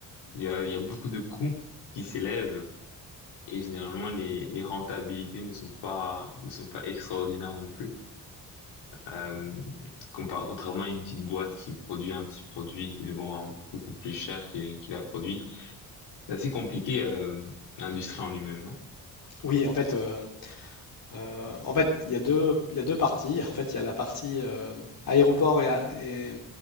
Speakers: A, on the left; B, on the left.
A: il y a il y a beaucoup de coûts qui s'élèvent et généralement les les rentabilités ne sont pas ne sont pas extraordinaires non plus. Euh, compar- contrairement à une petite boîte qui produit un petit produit, qu'ils le vend un peu plus cher qu'il qu'il a produit. C'est assez compliqué, euh, l'industrie en lui-même, non?
B: Oui, en fait, euh, Euh, en fait, il y a deux, il y a deux parties. En fait, il y a la partie euh, aéroport et, a- et,